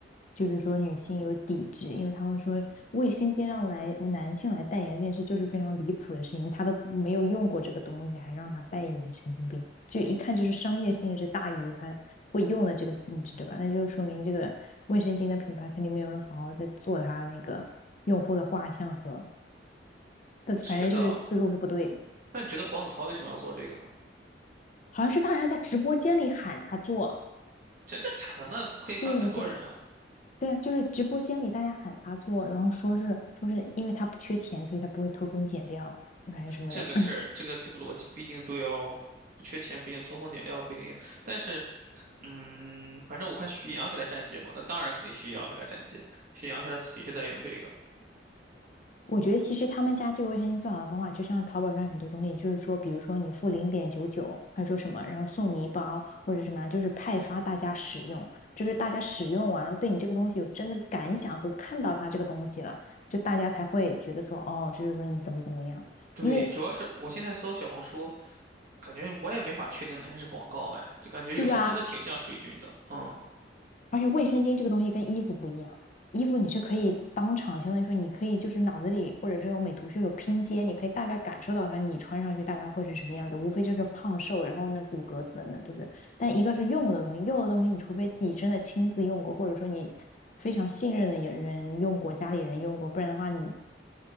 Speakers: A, on the left; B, on the right.
A: 就是说女性有抵制，因为他们说卫生巾让来男性来代言这件事就是非常离谱的事情，他都没有用过这个东西，还让他代言，神经病！就一看就是商业性质大于他会用的这个性质，对吧？那就说明这个卫生巾的品牌肯定没有人好好在做它那个用户的画像和。但反正就是思路是不对的。
B: 是的，那你觉得黄子韬为什么要做这个呢？
A: 好像是大家在直播间里喊他做，
B: 真的假的？那可以喊很多人啊。
A: 对你去，对啊，就是直播间里大家喊他做，然后说是说是因为他不缺钱，所以他不会偷工减料还是什么的。
B: 这个事儿，
A: <laughs>
B: 这个这个逻辑不一定对哦，不缺钱不一定通风点料不一定有，但是，嗯，反正我看徐阳给他站街嘛，那当然肯定徐阳给他站街，徐阳说他自己就在用这个。
A: 我觉得其实他们家这个卫生巾最好的方法，就像淘宝上很多东西，就是说，比如说你付零点九九，他说什么，然后送你一包或者什么啊，就是派发大家使用，就是大家使用完了，对你这个东西有真的感想和看到它这个东西了，就大家才会觉得说，哦，就是说你怎么怎么样。
B: 对，
A: 因为
B: 主要是我现在搜小红书，感觉我也没法确定哪些是广告，哎，就感觉有些真的挺像水军的。
A: 对吧？
B: 嗯，
A: 而且卫生巾这个东西跟衣服不一样，衣服你是可以当场，相当于说你可以就是脑子里或者是用美图秀秀拼接，你可以大概感受到它你穿上去大概会是什么样子，无非就是胖瘦，然后那骨骼等等，对不对？但一个是用的东西，用的东西你除非自己真的亲自用过，或者说你非常信任的人用过，家里人用过，不然的话你。